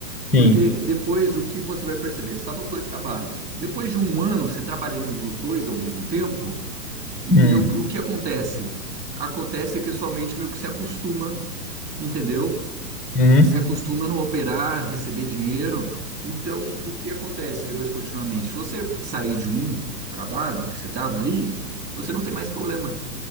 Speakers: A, in the centre; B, on the right.
A: Sim.
B: Porque depois o que você vai perceber? Você tá nos dois trabalhos. Depois de um ano, você trabalhando nos dois ao mesmo tempo, entendeu?
A: Uhum.
B: O que o que acontece? Acontece que sua mente meio que se acostuma, entendeu?
A: Uhum.
B: Você acostuma não operar, receber dinheiro. Então, o que acontece depois continuamente? Se você sair de um trabalho que você estava ali, você não tem mais problema,